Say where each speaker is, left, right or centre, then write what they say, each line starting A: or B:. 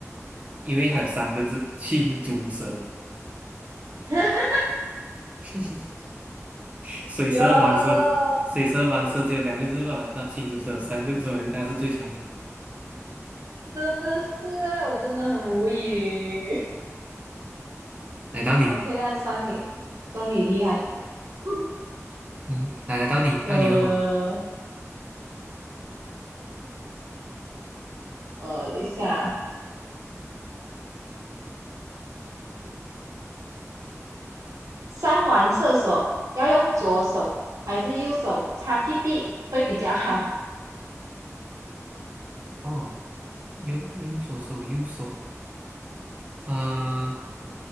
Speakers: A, on the right; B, on the right.
A: 因为它有三个字，青竹蛇。
B: <laughs>
A: <laughs> 水蛇、
B: 有。
A: 蟒蛇、水蛇、蟒蛇只有两个字吧？那青竹蛇有三个字，所以它是最长的。
B: 真的是啊，我真的很无语。
A: 来到你。
B: <laughs> OK，按算你算你厉害。<laughs>
A: 嗯，来来，到你，到你问我。
B: 呃呃，等一下，上完厕所要用左手还是右手擦屁屁会比较好？
A: 哦，用用左手，右手。呃，